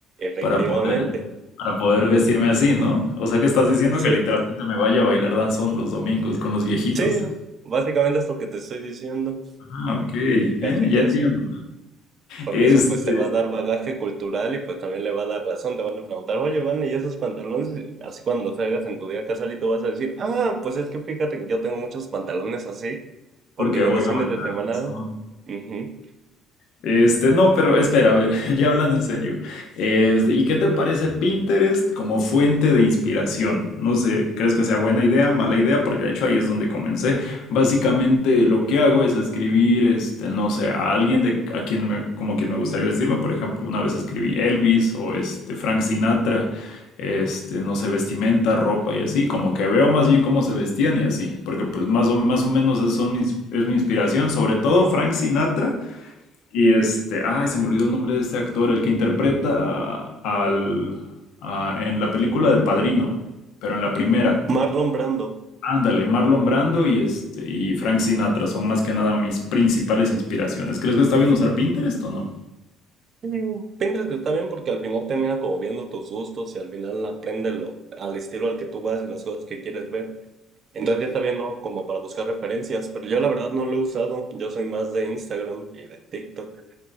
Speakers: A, on the right; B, on the left.
A: Efectivamente.
B: para poder, para poder vestirme así, ¿no? O sea que estás diciendo
A: Sí,
B: que literalmente me vaya a bailar danzón los domingos con los viejitos.
A: sí, básicamente es lo que te estoy diciendo.
B: Ah, ok, eh,
A: Casi, casi.
B: ya entiendo.
A: Porque
B: Este,
A: eso pues te va a dar bagaje cultural y pues también le va a dar razón. Te van a preguntar, oye, Van, ¿y esos pantalones? Y así cuando los hagas en tu día casual y tú vas a decir, ah, pues es que fíjate que yo tengo muchos pantalones así, porque
B: porque
A: yo
B: voy
A: los fines
B: a bailar
A: de semana...
B: danzón.
A: ujú".
B: Este, no, pero espera, a ver, <laughs> ya hablando en serio. Este, ¿y qué te parece Pinterest como fuente de inspiración? No sé, ¿crees que sea buena idea, mala idea? Porque de hecho ahí es donde comencé. Básicamente lo que hago es escribir, este, no sé, a alguien de a quien me, como quien me gustaría vestirme. Por ejemplo, una vez escribí Elvis o este Frank Sinatra, este, no sé, vestimenta, ropa y así. Como que veo más bien cómo se vestían y así, porque pues más o más o menos es, son mis- es mi inspiración, sobre todo Frank Sinatra. Y este, ay, se me olvidó el nombre de este actor, el que interpreta a- al, a- en la película del Padrino, pero en la primera.
A: Marlon Brando.
B: Ándale, Marlon Brando y este y Frank Sinatra son más que nada mis principales inspiraciones. ¿Crees que está bien usar Pinterest o no?
A: Mm, Pinterest está bien porque al final termina como viendo tus gustos y al final aprende lo, al estilo al que tú vas y las cosas que quieres ver. Entonces ya está bien, ¿no? Como para buscar referencias, pero yo la verdad no lo he usado. Yo soy más de Instagram y de TikTok.